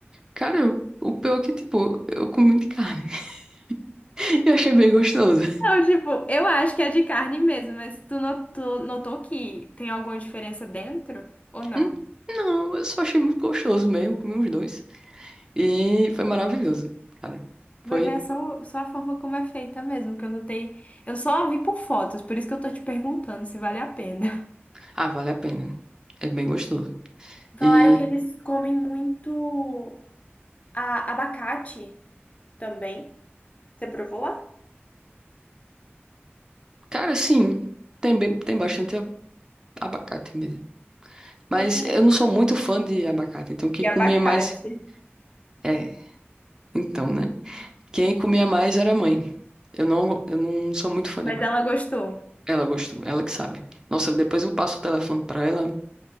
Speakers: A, on the right; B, on the left.
A: Cara, eu- o pior é que, tipo, eu comi de carne <laughs> e achei bem gostoso.
B: Não, tipo, eu acho que é de carne mesmo, mas tu notou, notou que tem alguma diferença dentro ou não?
A: Hum, Não, eu só achei muito gostoso mesmo. Comi uns dois. E foi maravilhoso, cara.
B: Vai
A: Foi.
B: ver é só, só a forma como é feita mesmo, que eu notei. Eu só vi por fotos, por isso que eu tô te perguntando se vale a pena.
A: Ah, vale a pena. É bem gostoso.
B: Falaram
A: E.
B: que eles comem muito a- abacate também. Você provou lá?
A: Cara, sim, tem, bem, tem bastante a- abacate mesmo. Mas
B: Sim,
A: eu não sou muito fã de abacate, então quem
B: e
A: comia
B: abacate.
A: mais. É, então, né? Quem comia mais era a mãe. Eu não, go- eu não sou muito fã
B: Mas
A: de abacate.
B: ela gostou.
A: Ela gostou, ela que sabe. Nossa, depois eu passo o telefone pra ela